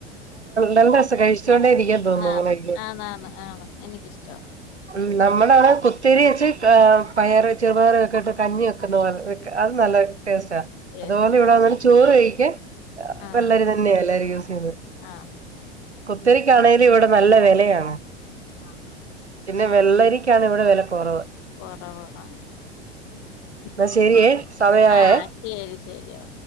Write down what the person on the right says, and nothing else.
നല്ലരസം കഴിച്ചൊണ്ടേരിക്കൻതോന്നുന്നു
<unintelligible> കുത്തിേരിവെച്ച് പയറ് ചെറുപയറൊക്കെട്ട് കഞ്ഞിവെക്കുന്നപോലെവെക്ക അത് നല്ല ടേസ്റ്റാ
അതുപോലെ ഇവിടെന്ന് ചോറ്കഴിക്ക
വള്ളരിതന്നെയ എല്ലാരുംയൂസ്ചെയ്യുന്നെ
കുത്തരിക്കാണെങ്കലുംഇവിടെ നല്ലവിലയാണ്
പിന്നെവെള്ള രികണഇവിടെവില ക്കുറവ്
എന്നശരിയേ സമയായെ